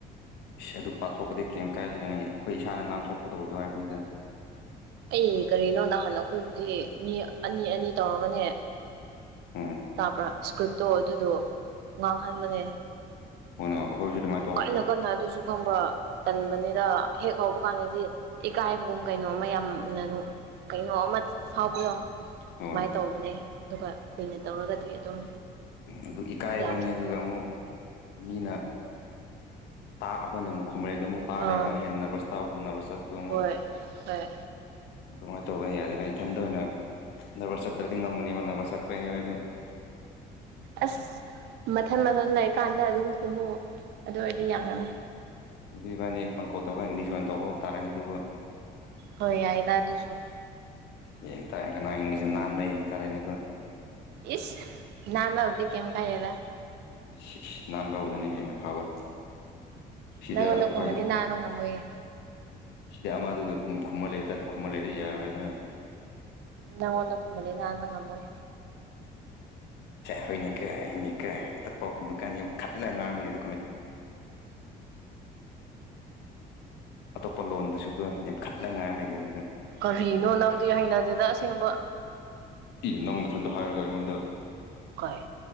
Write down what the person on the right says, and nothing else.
ꯑꯩ ꯀꯔꯤꯅꯣ ꯅꯍꯥꯟ ꯑꯩꯈꯣꯏꯕꯨꯗꯤ ꯃꯤ ꯑꯅꯤ ꯑꯅꯤ ꯇꯧꯔꯒꯅꯦ
ꯇꯥꯕ꯭ꯔꯥ ꯏꯁꯀ꯭ꯔꯤꯞꯇꯣ ꯑꯗꯨꯗꯣ ꯉꯥꯡꯍꯟꯕꯅꯦ
ꯀꯟꯅ ꯀꯟꯅ ꯑꯗꯨꯁꯨ ꯈꯪꯕꯔ꯭ ꯇꯟꯕꯅꯤꯗ ꯍꯦꯛ ꯍꯧꯕꯀꯥꯟꯗꯗꯤ ꯏꯀꯥꯏꯕꯒꯨꯝ ꯀꯩꯅꯣ ꯑꯃ ꯌꯥꯝꯅ ꯀꯩꯅꯣ ꯑꯃ ꯐꯥꯎꯕꯗꯣ
ꯑꯗꯨꯃꯥꯏꯅ ꯇꯧꯕꯅꯦ ꯑꯗꯨꯒ ꯀꯨꯏꯅ ꯇꯧꯔꯒꯗꯤ ꯑꯗꯨꯝ
ꯌꯥꯈꯤꯕꯗꯣ
ꯑꯥ
ꯍꯣꯏ ꯍꯣꯏ
ꯑꯁ ꯃꯊꯟ ꯃꯊꯟ ꯂꯩꯔꯀꯥꯟꯗ ꯑꯗꯨꯝ ꯈꯨꯝꯃꯣ ꯑꯗꯨ ꯑꯣꯏꯔꯗꯤ ꯌꯥꯒꯅꯤ
ꯍꯣꯏ ꯌꯥꯏꯗꯥ ꯑꯗꯨꯁꯨ
ꯏꯁ ꯅꯥꯟꯅꯕꯗꯤ ꯀꯦꯝ ꯀꯥꯏꯗꯦꯗꯥ
ꯅꯪꯉꯣꯟ
ꯅ ꯈꯨꯝꯕꯗꯤ ꯅꯥꯟꯕ ꯉꯝꯃꯣꯏꯌꯦ
ꯅꯪꯉꯣꯟꯗ ꯈꯨꯝꯃꯅꯤ ꯅꯍꯥꯟꯗ ꯉꯝꯃꯣꯏ
ꯀꯔꯤꯅꯣ ꯅꯪꯗꯤ ꯍꯩꯅꯗꯦꯗ ꯑꯁꯦꯡꯕ
ꯀꯣꯏ